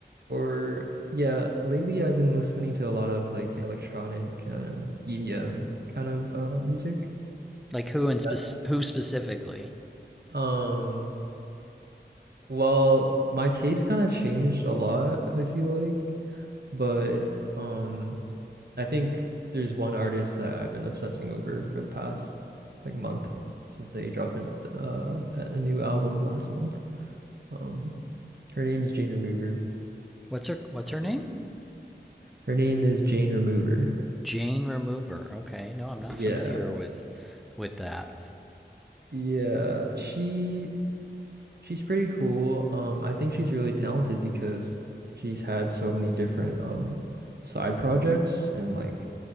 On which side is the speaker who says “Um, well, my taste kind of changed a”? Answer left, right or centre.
Right